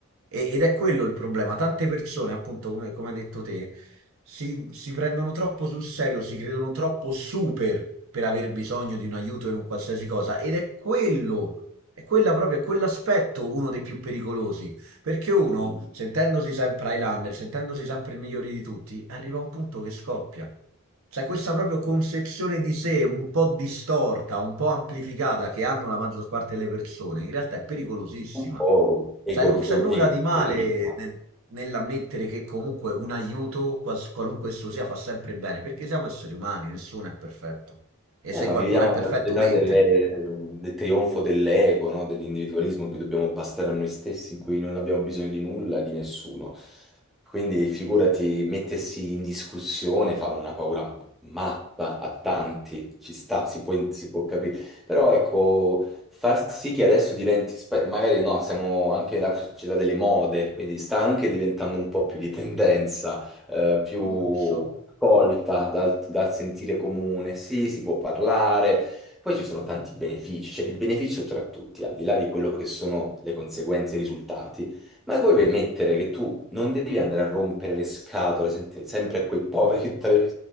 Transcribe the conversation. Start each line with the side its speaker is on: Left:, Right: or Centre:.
Right: E- ed è quello il problema. Tante persone, appunto, come, come hai detto te, si, si prendono troppo sul serio, si credono troppo super per aver bisogno di un aiuto in un qualsiasi cosa. Ed è quello, è quella proprio, è quell'aspetto uno dei più pericolosi. Perché uno,
Centre: Mm.
Right: sentendosi sempre Highlander, sentendosi sempre il migliore di tutti, arriva a un punto che scoppia. C'è questa proprio concezione di sé un po' distorta, un po' amplificata che hanno la maggior parte delle persone, in realtà è pericolosissima.
Centre: un po' ego,
Right: Cioè, non c'è
Centre: ego-
Right: nulla
Centre: egocentrismo.
Right: di male nel- nell'ammettere che comunque un aiuto, quals- qualunque esso sia, fa sempre bene, perché siamo esseri umani, nessuno è perfetto. E
Centre: Eh,
Right: se
Centre: ma
Right: qualcuno
Centre: viviamo
Right: è perfetto,
Centre: in una società
Right: mente.
Centre: delle- del trionfo dell'ego, no? Dell'individualismo in cui dobbiamo bastare a noi stessi, in cui non abbiamo bisogno di nulla, di nessuno. Quindi figurati, mettersi in discussione fa una paura matta a tanti, ci sta, si può, si può capire. Però ecco, far sì che adesso diventi, spa- magari no, siamo anche la società delle mode, quindi sta anche diventando un po' più di tendenza eh, più
Right: Il lusso?
Centre: accolta dal, dal sentire comune, sì, si può parlare. Poi ci sono tanti benefici, cioè il beneficio tra tutti, al di là di quello che sono le conseguenze e i risultati, ma vuoi permettere che tu non devi andare a rompere le scatole sente- sempre a quei poveri <laughs> tre